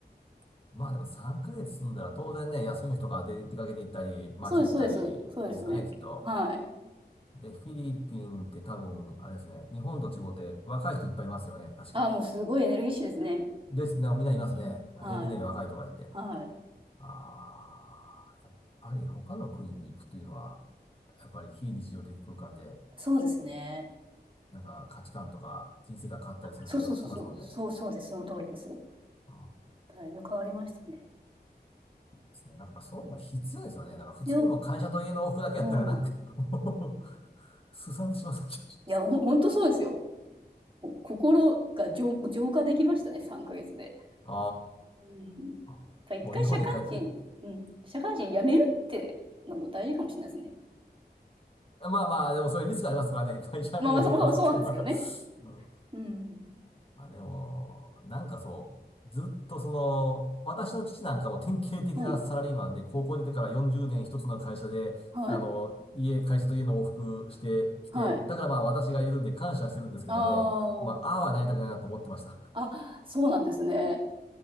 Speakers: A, on the left; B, on the right.
A: <laughs> まあでも3ヶ月住んだら当然ね、休みの日とかで出かけて行ったり、街行ったりですよね、
B: そうです、そうです、そうですね。
A: きっと。
B: はい。
A: で、フィリピンって多分、あれですね、日本と違って若い人いっぱいいますよね、確か。
B: ああ、もうすごいエネルギッシュですね。
A: です、なんかみんないますね。
B: うん。はい。
A: 平均年齢若いとか言って。
B: はい。
A: ああ、やっぱり他の国に行くというのは、やっぱり非日常的空間で、
B: そうですね。
A: なんか価値観とか人生が変わったりするってよく聞きますもんね。
B: そうそうそうそう。そうそうです。その通りです。
A: あーで
B: だいぶ変わりましたね。
A: すね。なんかやっぱそういうのが必要ですよね。なんか普通にもう会社と家の往復だけやったらなんか、
B: 強、うん。い
A: もう、<laughs> すさんでしまった気がします。
B: や、ほほんとそうですよ。こ心が浄、浄化できましたね。3ヶ月で。
A: あ
B: うん。やっぱ一回社会人、
A: あ、もう日本に帰って、
B: うん。社会人辞めるってのも大事かもしれないですね。
A: まあまあ、でもそういうリスクありますからね。会社員辞めるとかっていうのは、
B: まあまあ、そう、そうなんですけどね。
A: うん
B: うん。
A: あ、でも、なんかそう、ずっとその、私の父なんかも典型的なサラリーマンで、
B: はい。
A: 高校出てから40年一つの会社で、
B: はい。
A: あの、家、会社と家の往復してきて、
B: はい。
A: だからまあ私がいるんで感謝してるんですけども、
B: あー
A: まあ、ああはなりたくないなと思ってました。
B: あ、そうなんですね。